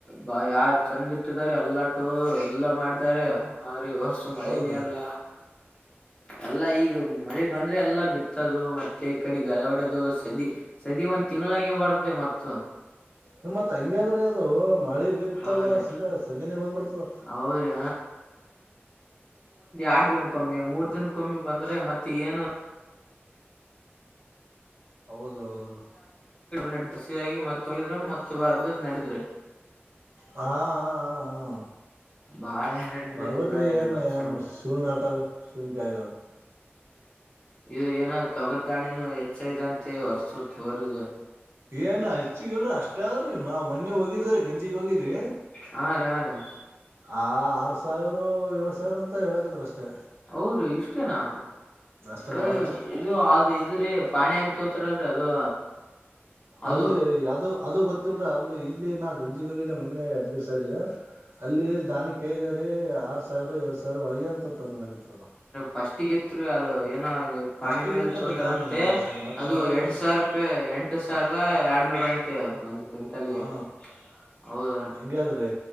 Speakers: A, on the left; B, on the right.
A: ಬಾ ಯಾವ ಚಂದ್ ಇಟ್ಟಿದಾರ ಎಲ್ಲಟು ಎಲ್ಲ ಮಾಡ್ತಾರೆ ಹಾ ರಿ ವರ್ಷು ಮಳೆನೇ
B: ಹೌದ್ರಿ
A: ಅಲ್ಲ ಎಲ್ಲ ಈಗ ಮಳೆ ಬಂದ್ರೆ ಎಲ್ಲ ಬಿತ್ತದು ಮತ್ತೆ ತ ಕಡೆ ಗಳೆವಡೆದ ಸ ಅ ಸದ ಒಂದ್ ತಿಂಳಿಗೆ ಬರತ್ತದ ರೀ ಮತ್ತ
B: ನಿಮ ಮತ್ ಹಂಗ ಆದ್ರೆ ಅದು ಮಳೆ ಬಿತ್ತಲ್ಲ
A: ಅವ್ರೆ
B: ಸೀದಾ ಸದಿನೆೇ ಬಂದ್ಬಿಡ್ತದ
A: ಅವ್ರಿ ಆಡ ದಿನಕ ಮೂರ್ ದಿನಕ್ಕಮ್ಮಿ ಬಂದ್ರೆ ಮತ್ತೆ ತನು
B: ಹೌದ ರಿ ಹೌದ ರಿ
A: ನಡೆಸಾಗಿ ಮತ್ತು ಮ ಬರ್ಂದ ನಡದರು
B: ಹಾ ಹಾ ಹಾ ಹಾ
A: ಬಾಳ ಹೈರಾಣ ಇದೆ
B: ಬರ್ಬ್ರೀ
A: ಎಲ್ಲಾ ಈ
B: ಏನ್
A: ವರ್ಷ
B: ಏ ಶೂನ್ ಆಟ ಶೂನ್ ಕಗ
A: ಇದು ಏನ ತೊಗರ್ ದಾಣೆ ಹೆಚ್ಚೈದ ಅಂತೆ ಹೊರ್ಸು ತಗರದು
B: ಏನ್ ಹೆಚ್ಚಿಗಲ್ರಿ ಅಷ್ಟೇ ಆದ್ರಿ ನಾವ್ ಮೊನ್ನೆ ಹೋಗಿದ್ವ್ರೀ ಗಂಜಿಗ್ ಹೋಗಿದ್ವಿ
A: ಹ ರ ಆ ರ
B: ಆ ಆರ್ ಸಾವಿರ ಏಳ್ ಸಾವಿರ ಅಂತ ಹೇಳಕದ್ರ ಅಷ್ಟೇ
A: ಅವ್ರ ಇಷ್ಟೇನಾ
B: ಅಷ್ಟೇ
A: ಯ
B: ಬಾಳ ಇಲ್ಲ
A: ಇದು ಅದು ಇದ್ರೀ ಪಾಣಿ ಆಗ್ ಹತ್ತತರಲ್ರರಿ ಅದು ಅ
B: ಅಲ್ಲಿ ಅದು ಅದು ಗೊತ್ತಿಲ್ರ ಅಲ್ಲಿ ಇಲ್ಲಿ ನಾ ಗಂಜಿಗ್ ಹೋಗಿದ್ದೆ ಮೊನ್ನೆ ಯದ್ಗಿರ್ ಸೈಡ್ ಅಲ್ಲಿ ದಾಣಿ ಕೆಜರಿ ಆರ್ ಸಾವಿರ ಏಳ್ ಸಾವಿರ ಒಳಗೆ ಅಂತ ತಂದನಾಕತ್ರಿ
A: ಪಫಸ್ಟ್ ಅದು ಏನೋ
B: ಫಸ್ಟಿಗೆ
A: ಪಾಣಿ ಮೇಲೆ
B: ಇರ್ತಾರೀ
A: ತೋತರಂತೆ
B: ದಾಣಿ ಶೇ ಮತ್
A: ಅದು
B: ಬರಲ್ರಿ
A: ಎಂಟ ಸಾವಿರ ರೂಪಾಯಿ ಎಂಟು ಸಾವಿರದ ಎರಡ್ನೂರ ಅಂತೆ ಒಂದ್ ಕ್ವಿಂಟಲ್ಗೆ
B: ಹಾ
A: ಹೌದೀ
B: ಹಂಗೆ ಆದ್ರಿ